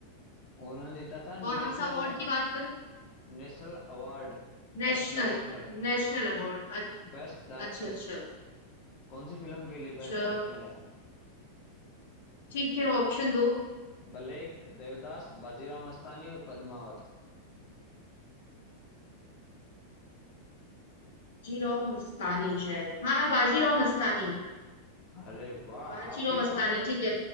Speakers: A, on the left (about 40°); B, on the left (about 60°).
A: उन्होंने जीता था
B: कौन
A: national
B: सा अवार्ड की बात करें
A: National award
B: National
A: Best director
B: national award
A: Best
B: अच्छा
A: director
B: अच्छा
A: कौन सी फिल्म के लिए
B: अच्छा
A: बेस्ट डायरेक्टर मिला था
B: ठीक है ऑप्शन दो
A: ब्लेक देवदास बाजीराव मस्तानी और पद्मावत
B: बाजीराव मस्तानी शायद हाँ बाजीराव मस्तानी
A: अरे वाह
B: बाजीराव
A: आपकी
B: मस्तानी
A: पकड़
B: ठीक है